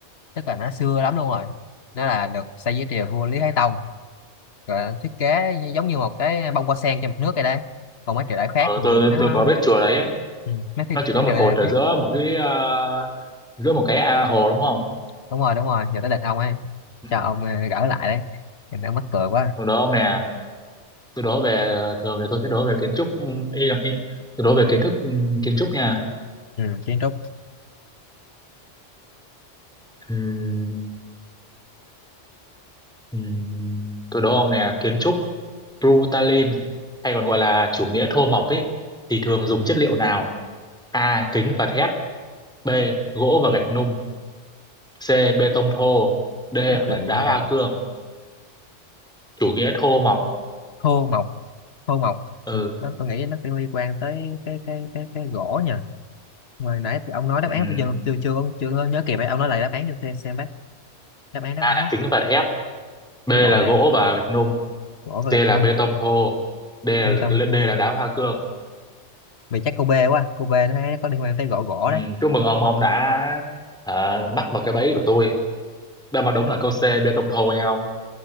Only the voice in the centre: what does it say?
ờ
tôi
tôi tôi có biết chùa đấy
nó chỉ
có một
cột
ở
giữa một cái ờ, giữa một cái à, hồ đúng không
ừ.
tôi đố ông nè tôi đố về ờ, thường thì tôi sẽ đố về kiến trúc ừ, ý là ý, tôi đố về kiến thức ừ, kiến trúc nha
ừ. Ừm, Tôi đố ông nè, kiến trúc Brutalism hay còn gọi là chủ nghĩa thô mộc ấy thì thường dùng chất liệu nào? A. Kính và thép, B. Gỗ và gạch nung, C. Bê tông thô, D.
Đá,
đá
hoa cương. Chủ nghĩa thô mộc.
Ừ.
Ừm,
A
là
kính và thép, B là
gỗ và gạch nung,
C
là
bê tông thô, D là
D là đá hoa cương.
Ừm,
Chúc mừng ông, ông đã ờ, mắc vào cái bẫy của tôi. Đáp án đúng là câu C bê tông thô nha ông.